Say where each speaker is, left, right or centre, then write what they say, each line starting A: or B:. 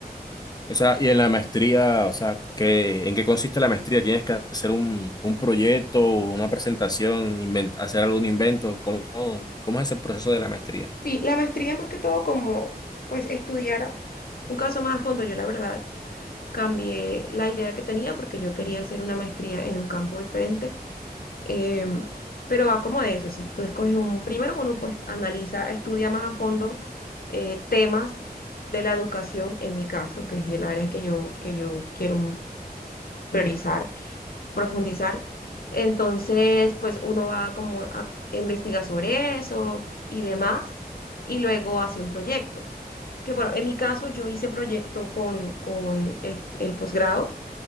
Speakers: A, on the left; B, on the left.
A: O sea, y en la maestría, o sea, ¿qué, en qué consiste la maestría? ¿Tienes que hacer un, un proyecto, una presentación, inven- hacer algún invento? ¿Cómo, cómo es ese proceso de la maestría?
B: Sí, la maestría es más que todo como pues estudiar un caso más a fondo, yo la verdad. cambié la idea que tenía porque yo quería hacer una maestría en un campo diferente. em, pero va como de eso, si tú escoges un, primero uno pues analiza, estudia más a fondo eh, temas de la educación, en mi caso, que es el área que yo, que yo quiero priorizar profundizar. Entonces, pues uno va como a investigar sobre eso y demás, y luego hace un proyecto. Que bueno, en mi caso yo hice proyecto con, con el, el posgrado,